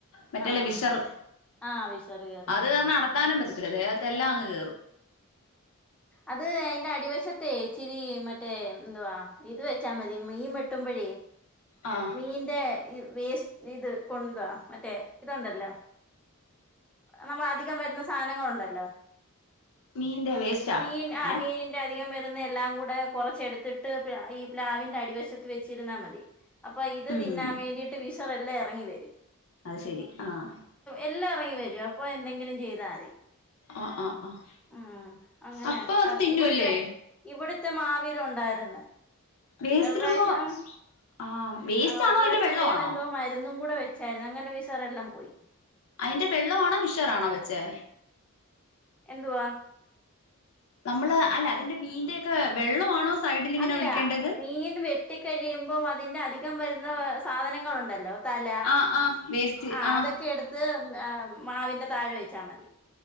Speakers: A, on the left; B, in the centre.
A: മറ്റല്ല
B: ആഹ്
A: വിഷർ
B: ആഹ് വിഷറ് കേറി
A: അത്
B: ആഹ്
A: കാരണം അടത്താനും പറ്റത്തില്ല ദേഹത്തെല്ലാം അങ്ങ് കേറും.
B: അത് അതിന്റെ അടിവശ റ്റേ ഇച്ചിരി മറ്റേ എന്തുവാ ഇത് വെച്ചാ മതി മീ വെട്ടുമ്പോഴേ
A: ആഹ്
B: മീന്റെ വേസ്റ്റ് ഇത് കൊ <unintelligible> മറ്റേ ഇതൊണ്ടല്ലോ. നമ്മ അധികം വരുന്ന സാധനങ്ങുണ്ടല്ലോ.
A: മീന്റെ വേസ്റ്റാ
B: മീൻ ആ
A: ഏഹ്
B: മീനിന്റെധികം വരുന്ന എല്ലാം കൂടെ കുറചെടുത്തിട്ട് ഈ പ്ലാവിന്റെ അടിവശത്ത് വെച്ചിരുന്നാ മതി. അപ്പൊ ഇത്
A: ഉം
B: തിന്നാൻ വേണ്ടിയിട്ട് വിശർ എല്ലാം ഇറങ്ങി വരും.
A: അത് ശരി ആഹ്
B: എല്ലാം ഇറങ്ങി വരൂ അപ്പൊ എന്തെങ്കിലും ചെയ്താ മതി.
A: ആഹ് ആഹ് ആഹ്
B: ഉം അങ്ങനെ
A: അപ്പൊ അത് തിന്നുവല്ലേ
B: ഇവിട്ത്തെ ഇവിട്ത്തെ മാവിലുണ്ടായിരുന്ന്.
A: വേസ്റ്റിടുമ്പോ
B: പിന്നെ ഒരു പ്രാവശ്യം
A: ആഹ് വേസ്റ്റാണോ
B: ആ ഒരു പ്രാവശ്യം
A: അതിന്റെ വെള്ളവാണോ
B: വേറെ എന്തോ മരുന്നും കൂടെ വ വച്ചായിരുന്നു അങ്ങനെ വിശറെല്ലാം പോയി.
A: അയിന്റെ വെള്ളവാണോ വിഷാറാണോ വെച്ചേ?
B: എന്തുവാ?
A: നമ്മള് അല്ല അതിന്റെ മീന്റെക്കെ വെള്ളവാണോ സൈഡിലിങ്ങനെ
B: അല്ല
A: ഒഴിക്കേണ്ടത്
B: മീൻ വെട്ടിക്കഴിയുമ്പോ അതിന്റെ അധികം വരുന്ന സാധനങ്ങളുണ്ടല്ലോ. തല
A: ആഹ് ആഹ് വേസ്റ്റ്
B: ആ
A: ആഹ്
B: അതൊക്കെ എടുത്ത് മാവിന്റെ താഴെ വെച്ചാ മതി.